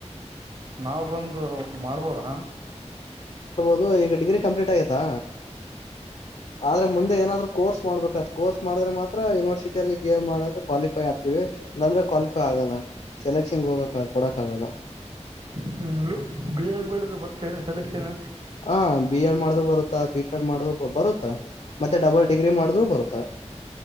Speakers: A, on the right; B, on the left.
A: ನಾವವು್ ಬಂದು ಮಾಡ್ಬೋದಾ
B: ಅದು ಈಗ ಡಿಗ್ರಿ ಕಂಪ್ಲೀಟ್ ಆಗತಾ ಆದ್ರೆ ಮುಂದೆ ಏನಾದ್ರು ಕೋರ್ಸ್ ಮಾಡಬೇಕದು ಕೋರ್ಸ್ ಮಾಡಿದ್ರ ಮಾತ್ರ ಯನರ್ಸಿ ಸಿಟಿಲ್ಲಿ ಗೇಮ್ ಮಾಡಕ ಕ್ವಾಲಿಫೈ ಆಗ್ತೀವಿ ಇಲ್ಲಾಂದ್ರೆ ಕ್ವಾಲಿಫೈ ಆಗಲ್ಲ ಸೆಲೆಕ್ಷನ್ಗೆ ಹೋಗಕ್ ಕೊಡಕ್ ಆಗಲ್ಲ
A: ಹ ಬಿ ಎಡ್ ಬಡಿದ್ರೆ ಬರ್ತೇನೆ ಸೆಲೆಕ್ಷನ್
B: ಹ ಬಿ ಎಡ್ ಮಾಡ್ದ ಬರುತ್ತ ಬಿ ಪೆಡ್ ಮಾಡಿದ್ರು ಬರುತ್ತಾ ಮತ್ತೆ ಡಬಲ್ ಡಿಗ್ರಿ ಮಾಡಿದ್ರು ಬರುತ್ತಾ